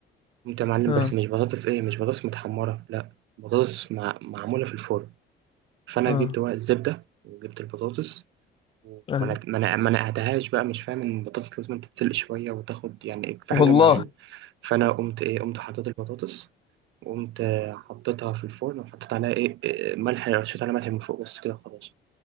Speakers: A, on the right; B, on the left.
A: قمت يا معلم
B: اه
A: بس مش بطاطس ايه مش بطاطس متحمرة لا بطاطس مع... معمولة في الفرن فانا
B: اه
A: جبت ورق الزبدة وجبت البطاطس وما
B: ايوه
A: نق- ما نق- ما نقعتهاش بقى مش فاهم ان البطاطس لازم تتسلق شوية وتاخد يعني في
B: والله
A: حاجة معينة فانا قمت ايه قمت حطيت البطاطس قمت حطيتها في الفرن وحطيت عليها ايه إيه، ملح رشيت عليها ملح من فوق بس كده خلاص